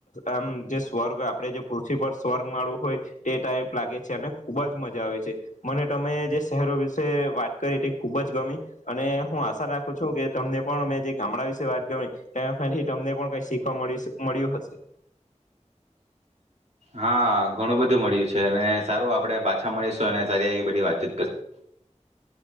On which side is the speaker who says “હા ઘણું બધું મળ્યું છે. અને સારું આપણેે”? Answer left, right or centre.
Right